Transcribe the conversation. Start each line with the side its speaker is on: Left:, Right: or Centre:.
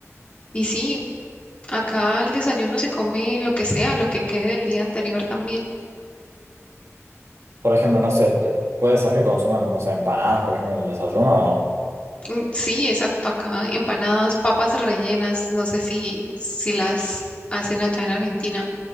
Left: Y sí, Acá al desayuno se come lo que sea, lo que quede del día anterior también.
Right: Por ejemplo, no sé, eh, puede ser que consuman, no sé, empanadas, por ejemplo, en el desayuno o no.
Left: Mm, Sí, exacto. Acá empanadas, papas rellenas. No sé si, si las hacen allá en Argentina.